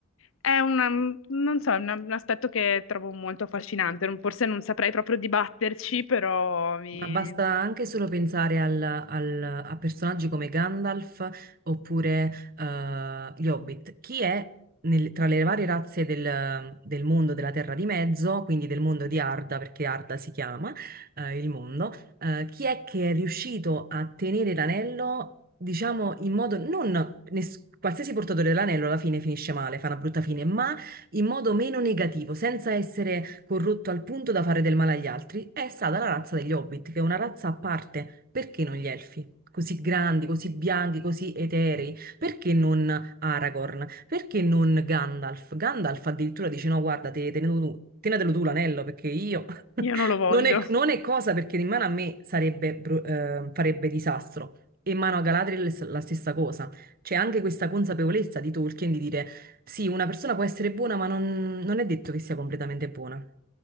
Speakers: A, on the left; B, on the right.
A: è una, non so, è una- un aspetto che trovo molto affascinante. Non- Forse non saprei proprio dibatterci, però mi-
B: Ma basta
A: mi-
B: anche solo pensare al- al- a personaggi come Gandalf oppure eh, gli Hobbit. Chi è nel- tra le varie razze del, del mondo della Terra di Mezzo, quindi del mondo di Arda, perché Arda si chiama eh, il mondo, eh, chi è che è riuscito a tenere l'anello, diciamo, in modo non... ness- Qualsiasi portatore dell'anello alla fine finisce male, fa una brutta fine, ma in modo meno negativo, senza essere corrotto al punto da fare del male agli altri, è stata la razza degli Hobbit, che è una razza a parte. Perché non gli elfi? Così grandi, così bianchi, così eterei. Perché non Aragorn? Perché non Gandalf? Gandalf addirittura dice: No, guarda, te, tenetelo tu. Tenetelo tu l'anello perché io <laughs>
A: io non lo voglio.
B: non è, non è cosa perché in mano a me sarebbe, bru- eh, farebbe disastro. E in mano a Galadriel è la stessa cosa. C'è anche questa consapevolezza di Tolkien di dire sì, una persona può essere buona, ma non, non è detto che sia completamente buona.